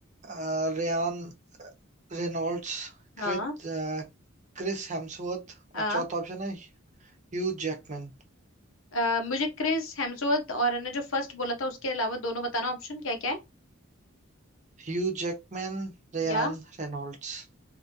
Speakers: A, on the right; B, on the left.
A: अ, रेयान रेनॉल्ड्स
B: हाँ
A: क्रिस अ, क्रिस हेम्सवर्थ
B: हाँ
A: और चौथा ऑप्शन है Hugh Jackman
B: अ, मुझे क्रिस हेम्सवर्थ और ने जो फर्स्ट बोला था उसके अलावा दोनों बताना ऑप्शन क्या क्या है
A: Hugh Jackman Ryan
B: या
A: Reynolds